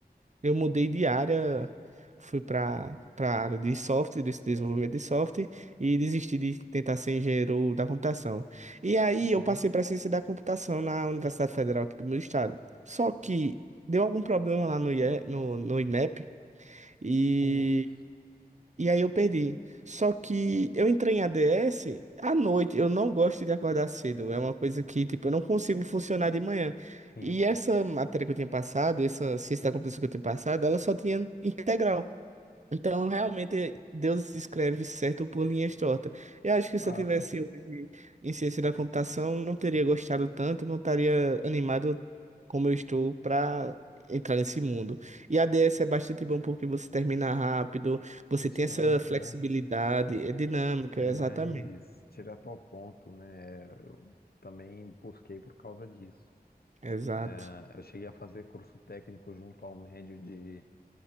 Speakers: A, on the right (about 45°); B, on the left (about 70°).
A: eu mudei de área, fui para para a área de software, desse desenvolvimento de software, e desisti de tentar ser engenheiro da computação. E aí,
B: Bom,
A: eu passei para ciência da computação na Universidade Federal aqui do meu estado. Só que deu algum problema lá no, IE no, no INEP. E
B: putz,
A: e aí eu perdi. Só que eu entrei em ADS à noite. Eu não gosto de acordar cedo. É uma coisa que, tipo, eu não consigo funcionar de manhã.
B: sim,
A: E essa matéria que eu tinha passado, essa ciência da computação que eu tinha passado, ela só tinha integral. Então, realmente, Deus escreve certo por linhas tortas. Eu acho
B: de fato.
A: que se eu tivesse hoje em ciência da computação, não teria gostado tanto, não estaria animado como eu estou para entrar nesse mundo. E a DS é bastante bom porque você termina rápido, você
B: É dinâmico,
A: tem essa flexibilidade,
B: né?
A: é dinâmica,
B: É
A: exatamente.
B: mais direto ao ponto, né? Eu também busquei por causa disso.
A: Exato.
B: Ah, Eu cheguei a fazer curso técnico junto ao médio de